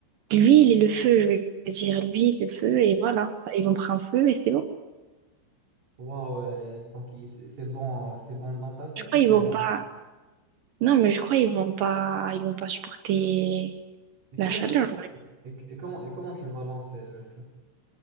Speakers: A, on the right; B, on the right.
A: L'huile et le feu, je veux dire l'huile, le feu, et voilà. Ça, Ils vont prendre feu et c'est bon.
B: Waouh, euh, donc il- c'est c'est bon, euh, c'est bon dans ta tête
A: Je crois
B: ou c'est
A: qu'ils vont
B: bon?
A: pas. Non, mais je crois qu'ils vont pas. Ils vont pas supporter
B: Et
A: la
B: comment,
A: chaleur.
B: et, et- et comment, et comment tu vas lancer le feu?